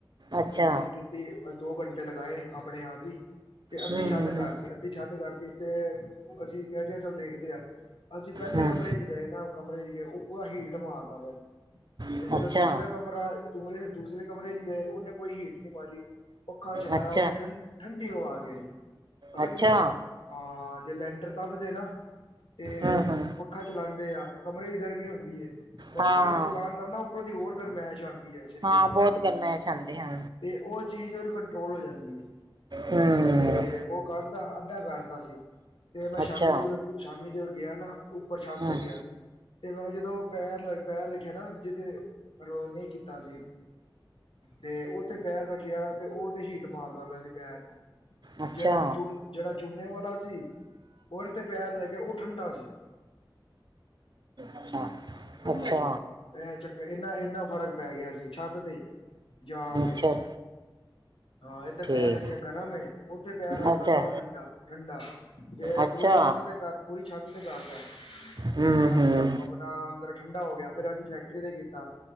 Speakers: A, on the right; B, on the left.
A: ਅੱਛਾ
B: ਇੱਕ ਦਿਨ ਕੀਤੀ ਦੋ ਘੰਟੇ ਟੇ ਲਗਾਏ ਆਪਣੇ ਆਪ ਈ। ਤੇ ਅੱਧੀ
A: ਹਮ
B: ਛਤ
A: ਹਮ
B: ਕਰਤੀ ਅੱਧੀ ਛਤ ਕਰਤੀ ਤੇ ਅਸੀਂ ਕਿਹਾ ਚੱਲ ਦੇਖਦੇ ਆ। ਅਸੀਂ ਪਹਿਲੇ
A: ਹਮ
B: ਕਮਰੇ 'ਚ ਗਏ ਨਾ ਕਮਰੇ 'ਚ ਗਏ ਪੂਰਾ ਹੀਟ ਮਾਰਦਾ ਪਿਆ ਸੀ। ਤੇ
A: ਹਮ
B: ਜਦੋਂ
A: ਅੱਛਾ
B: ਦੂਸਰਾ ਕਮਰਾ ਦੂਰੇ ਦੂਸਰੇ ਕਮਰੇ ਗਏ ਓਨੇ ਕੋਈ ਹੀਟ ਨਹੀਂ ਮਾਰੀ ਪੱਖਾ ਚਲਾਇਆ
A: ਅੱਛਾ
B: ਉਹਨੇ ਠੰ ਠੰਡੀ ਹਵਾ ਆ ਗ ਰੀ ਪਤਾ
A: ਅੱਛਾ
B: ਕੀ ਹੁੰਦਾ ਆ ਹਾਂ ਜੇ ਲੈਂਟਰ ਤਪ ਜੇ ਨਾ ਤੇ
A: ਹਮ ਹਮ
B: ਪੱਖਾ ਚਲਾਉਦੇ ਆ ਕਮਰੇ ਦੀ ਗਰਮੀ ਹੁੰਦੀ ਏ ਮਗਰ
A: ਹਾਂ
B: ਪੱਖਾ ਚਲਾਨ ਨਾਲ ਨਾ ਉ ਪਰੋ ਦੀ ਹੋਰ ਗਰਮੈਸ ਆਂ ਦੀਐ ਸਰੀਰ
A: ਹਾਂ
B: ਤੇ
A: ਬਹੁਤ ਗਰਮੈਸ਼ ਆਉਂਦੀ ਹਾਂ
B: ਤੇ ਓ ਚੀਜ਼ ਓ ਕੰਟਰੋਲ ਹੋ ਜਾਂਦੀ ਏ।
A: ਹਮ
B: ਤੇ ਓ ਕਰਦਾ ਅੱਧਾ ਕਰਤਾ ਸੀ। ਤੇ ਮੈਂ
A: ਅੱਛਾ
B: ਸ਼ਾਮੀ ਜਦੋਂ ਸ਼ਾਮੀ ਜਦੋਂ ਗਿਆ ਨਾ ਉੱਪਰ ਛੱਤ
A: ਹਮ
B: ਤੇ ਗਿਆ। ਤੇ ਮੈਂ ਜਦੋਂ ਪੈਰ-ਪੈਰ ਰੱਖਿਆ ਨਾ ਜਿਤੇ ਰੋ ਨੀ ਕੀ ਤਾ ਸੀ ਤੇ ਓ ਤੇ ਪੈਰ ਰੱਖਿਆ ਤੇ ਓ ਤੇ ਹੀਟ ਮਾਰਦਾ ਪਿਆ ਸੀ ਪੈਰ ਨੂੰ
A: ਅੱਛਾ
B: ਜਿਹੜਾ ਚੂਨ ਜਿਹੜਾ ਚੂਨੇ ਵਾਲਾ ਸੀ ਉਹਦੇ ਤੇ ਪੈਰ ਰਹਿ ਗਿਆ ਉਹ ਠੰਢਾ ਸੀ।
A: ਅੱਛਾ
B: ਹਾਂ
A: ਅੱਛਾ
B: ਇਹ ਚੱਕਰ ਇਨਾ ਇੰਨਾ ਫਰਕ ਪੈ ਗਿਆ ਸੀ ਛੱਤ ਤੇ ਜਾ
A: ਅੱਛਾ
B: ਕੇ ਹਾਂ ਏਧਰ
A: ਠੀਕ
B: ਪੈਰ ਰੱਖਿਆ ਗਰਮ ਉੱਥੇ ਪੈਰ ਰੱਖਦਾ
A: ਅੱਛਾ
B: ਪਿਆ ਵਾਂ ਠੰਡਾ- ਠੰਡਾ ਫੇਰ
A: ਅੱਛਾ
B: ਪੂਰੀ ਛੱਤ ਤੇ ਕਰ ਪੂਰੀ ਛੱਤ ਤੇ ਕਰਦਾ
A: ਹੂੰ
B: ਤੇ
A: ਹੂੰ
B: ਆਪਣਾ ਅੰਦਰ ਠੰਡਾ ਹੋ ਗਿਆ ਫਿਰ ਅਸੀਂ ਫੈਕਟਰੀ ਤੇ ਕੀਤਾ